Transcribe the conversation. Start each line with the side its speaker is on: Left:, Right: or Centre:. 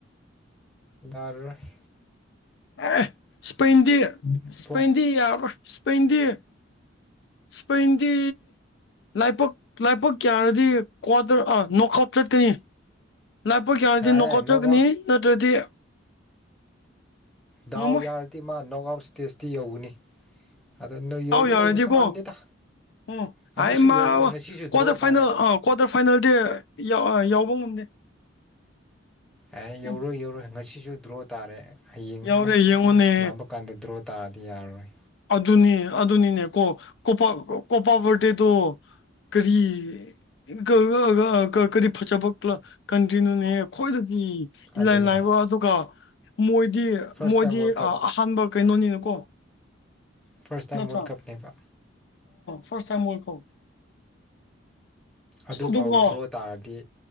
Centre: ꯗꯥꯔꯔꯣꯏ
Left: ꯑꯦ ꯁ꯭ꯄꯦꯟꯗꯤ ꯁ꯭ꯄꯦꯟꯗꯤ
Centre: ꯄꯣ
Left: ꯌꯥꯔꯔꯣꯏ ꯁ꯭ꯄꯦꯟꯗꯤ ꯁ꯭ꯄꯦꯟꯗꯤ ꯂꯥꯏꯕꯛ ꯂꯥꯏꯕꯛ ꯌꯥꯔꯗꯤ ꯀ꯭ꯋꯥꯇꯔ ꯑ ꯅꯣꯛ ꯑꯥꯎꯠ ꯆꯠꯀꯅꯤ ꯂꯥꯏꯕꯛ ꯌꯥꯔꯗꯤ
Centre: ꯑꯦ
Left: ꯅꯣꯀ ꯑꯥꯎꯠ
Centre: ꯅꯣꯛ
Left: ꯆꯠꯀꯅꯤ ꯅꯠꯇ꯭ꯔꯗꯤ
Centre: ꯗꯥꯎ
Left: ꯉꯝꯃꯣꯏ
Centre: ꯌꯥꯔꯗꯤ ꯃꯥ ꯅꯣꯛ ꯑꯥꯎꯠ ꯁ꯭ꯇꯦꯖꯇꯤ ꯌꯧꯒꯅꯤ ꯑꯗꯣ ꯅꯣꯏ
Left: ꯌꯥꯥꯎ
Centre: ꯌꯧꯒꯗꯧꯕꯁꯨ
Left: ꯌꯥꯎꯔꯗꯤꯀꯣ
Centre: ꯃꯥꯟꯗꯦꯗ
Left: ꯎꯝ
Centre: ꯑꯗꯨꯁꯨ
Left: ꯍꯥꯏ ꯃꯥ
Centre: ꯌꯧꯔꯣꯏ ꯉꯁꯤꯁꯨ
Left: ꯀ꯭ꯋꯥꯇꯔ
Centre: ꯗ꯭ꯔꯣ
Left: ꯐꯥꯏꯅꯦꯜ
Centre: ꯇꯥꯔꯦ
Left: ꯑ ꯀ꯭ꯋꯥꯇꯔ ꯐꯥꯏꯅꯦꯜꯗꯤ ꯌꯧ ꯕ ꯉꯝꯗꯦ
Centre: ꯑꯦ
Left: ꯎꯝ
Centre: ꯌꯧꯔꯣꯏ ꯌꯧꯔꯣꯏ ꯉꯁꯤꯁꯨ ꯗ꯭ꯔꯣ ꯇꯥꯔꯦ ꯍꯌꯦꯡ
Left: ꯌꯥꯎꯔꯦ
Centre: ꯑꯃꯨꯛ
Left: ꯌꯦꯡꯉꯨꯅꯦ
Centre: ꯁꯟꯅꯕ ꯀꯥꯟꯗ ꯗ꯭ꯔꯣ ꯇꯥꯔꯗꯤ ꯌꯥꯔꯔꯣꯏ
Left: ꯑꯗꯨꯅꯦ ꯑꯗꯨꯅꯤꯅꯦ ꯀꯣ ꯀꯣꯄꯥ ꯀꯣꯄꯥ ꯕꯔꯗꯦꯗꯣ ꯀꯔꯤ ꯀ ꯀ ꯀ ꯀ ꯀꯔꯤ ꯐꯖꯕ ꯀꯂ ꯀꯟꯇ꯭ꯔꯤꯅꯣꯅꯦ ꯑꯩꯈꯣꯏꯗꯗꯤ ꯏꯂꯥꯏ
Centre: ꯑꯗꯨꯅꯦ
Left: ꯂꯥꯏꯕ ꯑꯗꯨꯒ ꯃꯣꯏꯗꯤ
Centre: ꯐꯥꯔꯁ
Left: ꯃꯣꯏꯗꯤ
Centre: ꯇꯥꯏꯝ ꯋꯥꯔꯜ ꯀꯞ
Left: ꯑꯍꯥꯟꯕ ꯀꯩꯅꯣꯅꯤꯅꯀꯣ
Centre: ꯐꯥꯔꯁ ꯇꯥꯏꯝ
Left: ꯅꯠꯇ꯭ꯔ
Centre: ꯋꯥꯔꯜ ꯀꯞꯅꯦꯕ
Left: ꯐꯥꯔꯁ ꯇꯥꯏꯝ ꯑꯣꯏꯀꯣ
Centre: ꯑꯗꯨ
Left: ꯑꯗꯨꯒ
Centre: ꯐꯥꯎ ꯗ꯭ꯔꯣ ꯇꯥꯔꯗꯤ